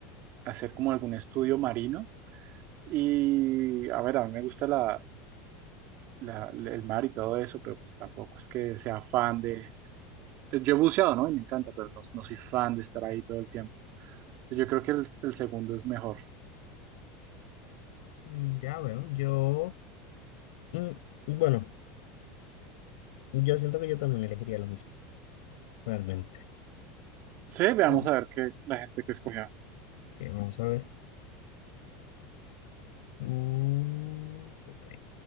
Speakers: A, on the right; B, on the left.
A: hacer como algún estudio marino. Y, a ver, a mí me gusta la, la- la- el mar y todo eso, pero pues tampoco es que sea fan de... pues, Yo he buceado, ¿no? Y me encanta, pero no, no soy fan de estar ahí todo el tiempo. Yo creo que el, el segundo es mejor.
B: Mm, Ya veo, yo, mm, bueno, yo siento que yo también elegiría lo mismo, realmente.
A: Sí, veamos
B: Sí.
A: a ver qué la gente que escogió.
B: Ok, vamos a ver. Uh, ok.